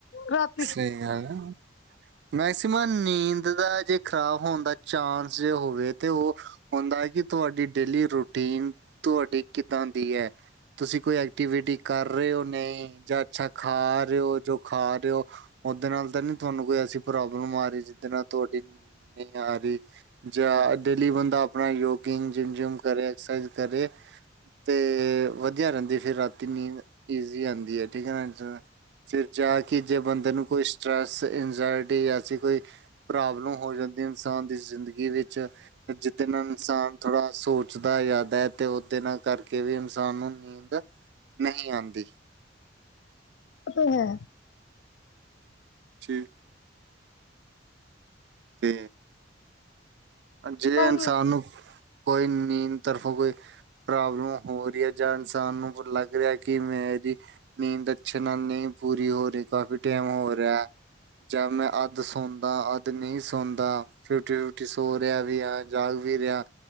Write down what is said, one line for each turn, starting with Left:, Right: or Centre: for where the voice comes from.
Left: ਰਾਤ।
Right: ਸਹੀ ਗੱਲ ਐ। ਮੈਕਸੀਮਮ ਨੀਂਦ ਦਾ ਜੇ ਖ਼ਰਾਬ ਹੋਣ ਦਾ ਚਾਂਸ ਜੇ ਹੋਵੇ ਤੇ ਔਹ। ਹੁੰਦਾ ਕਿ ਤੁਹਾਡੀ ਡੇਲੀ ਰੂਟੀਨ ਤੁਹਾਡੀ ਕਿੱਦਾਂ ਦੀ ਹੈ। ਤੁਸੀਂ ਕੋਈ ਐਕਟੀਵਿਟੀ ਕਰ ਰਹੇ ਹੋ ਨਹੀਂ ਜਾਂ ਅੱਛਾ ਖਾ ਰਹੇ ਹੋ ਜੋ ਖਾ ਰਹੇ ਹੋ। ਓਦੇ ਨਾਲ ਤਾਂ ਨਹੀਂ ਤੁਹਾਨੂੰ ਕੋਈ ਐਸੀ ਪ੍ਰੋਬਲਮ ਆ ਰਹੀ ਜਿਦੇ ਨਾਲ ਤੁਹਾਡੀ ਨੀਂਦ ਨਈ ਆ ਰਹੀ‌। ਜਾਂ ਡੇਲੀ ਬੰਦਾ ਆਪਣਾ ਯੋਗਿੰਗ ਜਿੰਮ ਜਿਮ ਕਰੇ ਐਕਸਰਸਾਈਜ਼ ਕਰੇ। ਤੇ, ਵਧੀਆ ਰਹਿੰਦੀ ਫਿਰ ਰਾਤੀ ਨੀਂਦ ਈਜ਼ੀ ਆਉਂਦੀ ਹੈ। ਠੀਕ ਹੈ ਨਾ ਜ ਫਿਰ ਜਾ ਕਿ ਜੇ ਬੰਦੇ ਨੂੰ ਕੋਈ ਸਟਰੈਸ ਇੰਜਾਇਟੀ ਐਸੀ ਕੋਈ। ਪ੍ਰੋਬਲਮ ਹੋ ਜਾਂਦੀ ਏ ਇਨਸਾਨ ਦੀ ਜ਼ਿੰਦਗੀ ਵਿੱਚ। ਜਿਦੇ ਨਾਲ ਇਨਸਾਨ ਥੋੜਾ ਸੋਚਦਾ ਯਿਆਦਾ ਹੈ ਤੇ ਓਦੇ ਨਾਲ ਕਰਕੇ ਵੀ ਇਨਸਾਨ ਨੂੰ। ਨੀਂਦ ਨਹੀਂ ਆਉਂਦੀ।
Left: ਇਹ ਤੇ ਹੈ।
Right: ਛੀ ਤੇ ਜੇ
Left: ਸਹੀ
Right: ਇਨਸਾਨ ਨੂੰ ਕੋਈ ਨੀਂਦ ਤਰਫੋ ਕੋਈ। ਪ੍ਰੋਬਲਮ ਹੋ ਰਹੀ ਹੈ। ਜਾਂ ਇਨਸਾਨ ਨੂੰ ਲੱਗ ਰਿਹਾ ਕਿ ਮੈਂ ਏਦੀ ਨੀਂਦ ਅੱਛੇ ਨਾਲ ਨ‌ਈਂ ਪੂਰੀ ਹੋ ਰ‌ਈ, ਕਾਫੀ ਟੈਂਮ ਹੋ ਰਿਆ। ਜ ਮੈਂ ਅੱਧ ਸੌਦਾ ਅੱਧ ਨਹੀਂ ਸੌਦਾ ਫਿਫਟੀ ਫਿਫਟੀ ਸੋ ਰਿਆ ਵੀ ਆ ਜਾਗ ਵੀ ਰਿਆ।